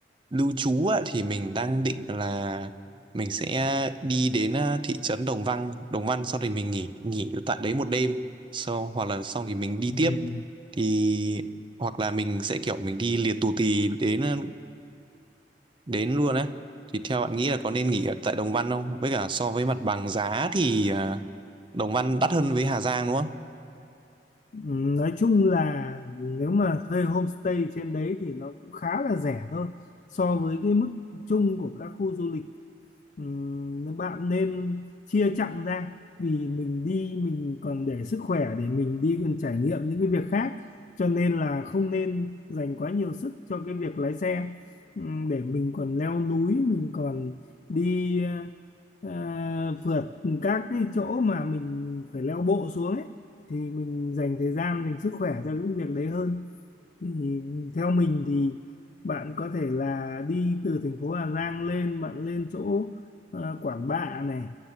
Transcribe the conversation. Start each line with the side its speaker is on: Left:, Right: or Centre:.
Right: lưu trú á, thì mình đang định là mình sẽ đi đến à, thị trấn Đồng Văn, Đồng Văn sau thì mình nghỉ nghỉ tại đấy một đêm. Sau hoặc là xong thì mình đi
Left: Ừ.
Right: tiếp thì hoặc là mình sẽ kiểu mình đi liệt tù tì đến à, đến luôn á thì theo bạn nghĩ là có nên nghỉ ở tại Đồng Văn không? Với cả so với mặt bằng giá thì à, Đồng Văn đắt hơn với Hà Giang đúng không?
Left: Ừ, nói chung là nếu mà thuê homestay trên đấy thì nó cũng khá là rẻ thôi so với cái mức chung của các khu du lịch Ừm, bạn nên chia chặng ra vì mình đi mình còn để sức khỏe để mình đi còn trải nghiệm những cái việc khác cho nên là không nên dành quá nhiều sức cho cái việc lái xe Ừm, để mình còn leo núi mình còn đi ờ, phượt các cái chỗ mà mình phải leo bộ xuống ấy thì mình dành thời gian dành sức khỏe cho những việc đấy hơn thì theo mình thì bạn có thể là đi từ thành phố Hà Giang lên bạn lên chỗ ờ, Quản Bạ này